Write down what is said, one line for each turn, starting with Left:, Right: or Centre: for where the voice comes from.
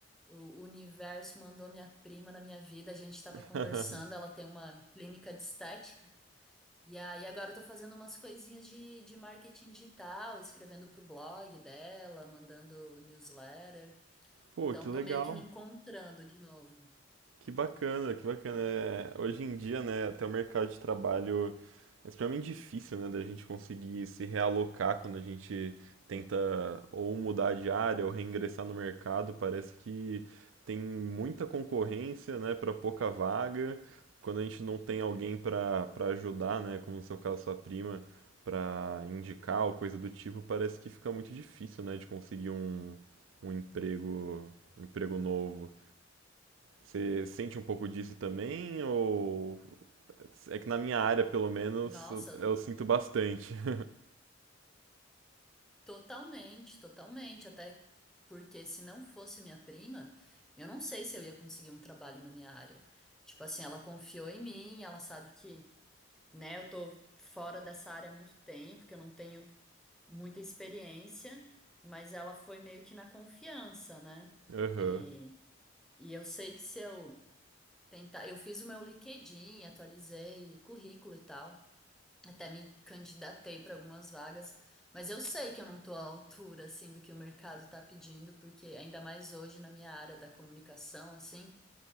Centre: o universo mandou minha prima na minha vida. A gente estava
Right: <laughs>
Centre: conversando. Ela tem uma clínica de estética. E aí agora eu tô fazendo umas coisinhas de, de marketing digital, escrevendo pro blog dela, mandando newsletter.
Right: Pô,
Centre: Então
Right: que legal,
Centre: tô meio que me encontrando de novo.
Right: que bacana, que bacana. É, hoje em dia, né, até o mercado de trabalho. É extremamente difícil, né, da gente conseguir se realocar quando a gente tenta ou mudar de área ou reingressar no mercado. Parece que tem muita concorrência, né, para pouca vaga. Quando a gente não tem alguém para para ajudar, né, como no seu caso sua prima, para indicar ou coisa do tipo, parece que fica muito difícil, né, de conseguir um, um emprego, um emprego novo. Você sente um pouco disso também ou é que na minha área, pelo menos,
Centre: Nossa,
Right: eu, sinto bastante. <laughs>
Centre: totalmente, totalmente. Até porque se não fosse minha prima, eu não sei se eu ia conseguir um trabalho na minha área. Tipo assim, ela confiou em mim, ela sabe que, né, eu tô fora dessa área há muito tempo, que eu não tenho muita experiência, mas ela foi meio que na confiança, né?
Right: Aham.
Centre: E E eu sei que se eu tentar, eu fiz o meu LinkedIn, atualizei currículo e tal, até me candidatei para algumas vagas, mas eu sei que eu não estou à altura assim do que o mercado está pedindo, porque ainda mais hoje na minha área da comunicação, assim,